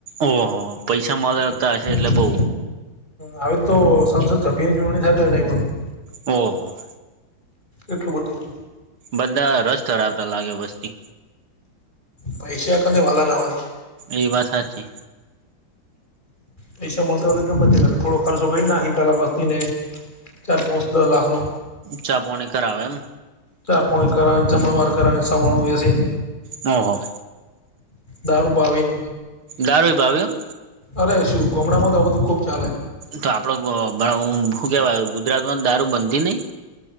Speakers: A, on the right; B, on the left.
A: ઓહ હો પૈસા માંલતા હશે એટલે
B: જાય
A: બઉ.
B: આવી તો સંસદ સભ્ય ની ચુંંટણી થાય તોય નેય હોય.
A: ઓહ
B: એટલું બધું
A: બધા રસ ધરાવતા લાગે વસ્તી
B: પૈસા કને વાલા ના હોય.?
A: એ વાથ હાચી.
B: પૈસા મળતા હોય તો ગમે જ, થોડો ખર્ચો કરી નાખી પેલા વસ્તીને ચાર પાંચ દ લાખનો
A: ચા પોણી કરાવે એમ
B: ચા પાણી કરાવે, જમણવાર કરાવે, સવાણુ વ બેસીન
A: ઓહ
B: દારૂ પાવીન
A: દારૂ ભાવે એમ
B: અરે શું ગમડામાં તો આ બધું ખૂબ ચાલે.
A: તો આપડો શું કેવાય? ગુજરાતમાં જ દારૂ બનતી નહી.?